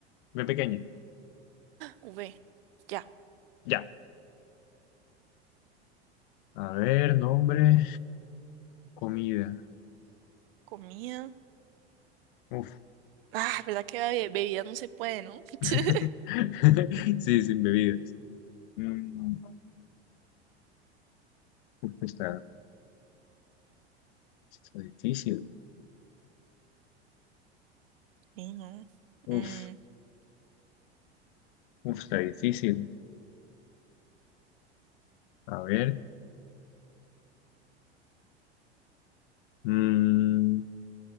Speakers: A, on the left (about 50°); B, on the right (about 60°).
A: V pequeña.
B: V, ya,
A: Ya. A ver, nombre, comida.
B: comida.
A: Uf.
B: Ah, ¿verdad que bebida bebidas no se puede, ¿no?
A: <laughs>
B: <laughs>
A: Sí, sin bebidas. Mm, uf, está, está difícil.
B: Sí, no.
A: Uf,
B: Mm,
A: uf, está difícil. A ver. mm,